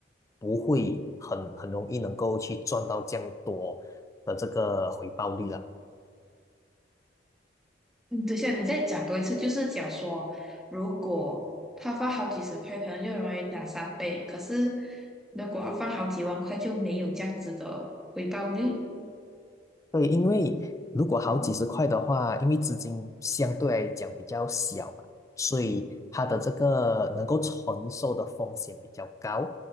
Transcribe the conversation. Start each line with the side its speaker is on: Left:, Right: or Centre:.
Left: 不会很很容易能够去赚到这样多的这个回报率了。
Centre: 嗯，等一下，你再讲多一次，就是讲说，如果他放好几十块，可能就容易两三倍；可是如果他放好几万块，就没有这样子的回报率。
Left: 对，因为如果好几十块的话，因为资金相对来讲比较小嘛，所以它的这个能够承受的风险比较高，